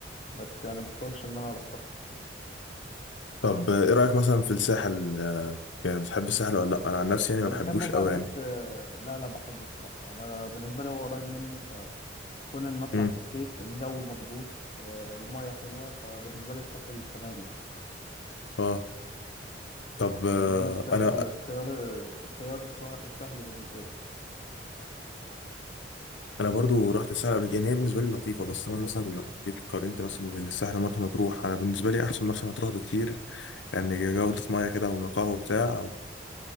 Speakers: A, on the left; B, on the left.
A: بس يعني ما حصلش إن أنا روحتها
B: طب ايه رأيك مثلا في الساحل آه، يعني بتحب الساحل ولا لا انا عن نفسي يعني
A: أنا
B: ما بحبوش
A: بحبه بقى
B: قوي
A: بس
B: يعني
A: آه، لا لا بحبه الصراحة أنا بالنسبة لي هو قريب مني فكون إن أطلع
B: امم
A: في الصيف الجو مظبوط آه، المية حلوة فبالنسبة لي الساحل تمام يعني
B: اه طب آه،
A: يعني أنا الساحل
B: انا
A: خيار خيار سه- سهل بالنسبة
B: انا برضو رحت الساحل قبل- يعني هي بالنسبه لي لطيفه بس انا مثلا لو جيت قارنت مثلا بين الساحل ومرسى مطروح انا بالنسبه لي احسن مرسى مطروح بكتير يعني جوده ميه كده ونقاء وبتاع